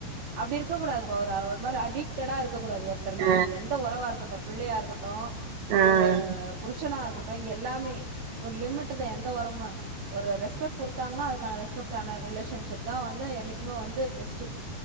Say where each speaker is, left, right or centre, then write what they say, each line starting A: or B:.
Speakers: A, on the right; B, on the right.
A: அப்டி இருக்க கூடாது இப்ப ஒரு ஒரு மாரி அடிக்டடா இருக்க கூடாது ஒருத்தர் மேல
B: ஆ
A: அது எந்த உறவா இருக்கட்டு பிள்ளையா இருக்கட்டு
B: ஆ ஆ
A: ஒரு புருஷனா இருக்கட்டு எல்லாமே ஒரு லிமிட் தே எந்த உறமு ஒரு ரெஸ்பெக்ட் குடுத்தாங்னா அதுக்கான ரெஸ்பெக்ட் ஆன ரிலேஷன்ஷிப் தான் வந்து என்னைக்குமே வந்து பெஸ்ட்